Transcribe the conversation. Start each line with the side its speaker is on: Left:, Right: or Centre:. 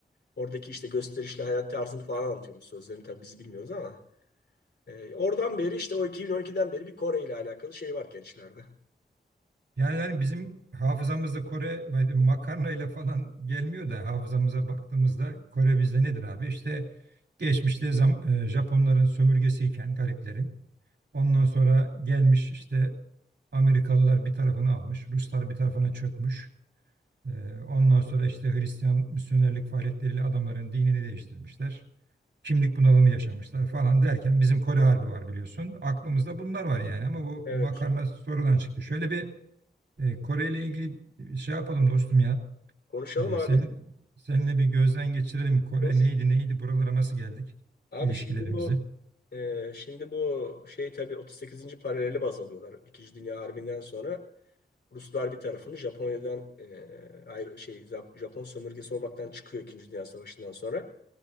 Left: Oradaki işte gösterişli hayat tarzını falan anlatıyormuş. Sözlerini tabii biz bilmiyoruz ama. E, oradan beri işte o 2012'den beri bir Kore ile alakalı şey var gençlerde.
Right: Yani, yani bizim hafızamızda Kore böyle makarnayla falan gelmiyor da hafızamıza baktığımızda Kore bizde nedir abi? İşte geçmişte zam- e, Japonların sömürgesiyken gariplerin Ondan sonra gelmiş işte Amerikalılar bir tarafını almış, Ruslar bir tarafına çökmüş. Ee, ondan sonra işte Hristiyan misyonerlik faaliyetleriyle adamların dinini değiştirmişler. Kimlik bunalımı yaşamışlar falan derken bizim Kore Harbi var biliyorsun. Aklımızda bunlar var yani ama bu
Left: Evet.
Right: makarna sonradan çıktı. Şöyle bir e, Kore ile ilgili şey yapalım dostum ya.
Left: Konuşalım
Right: E,
Left: abi.
Right: sen seninle bir gözden geçirelim. Kore
Left: Olur.
Right: neydi neydi buralara nasıl geldik
Left: Abi
Right: ilişkilerimizi.
Left: şimdi bu e, şimdi bu şey tabii 38. paraleli baz alıyorlar. İkinci Dünya Harbi'nden sonra Ruslar bir tarafını Japonya'dan e, ayrı şey Zap- Japon sömürgesi olmaktan çıkıyor İkinci Dünya Savaşı'ndan sonra.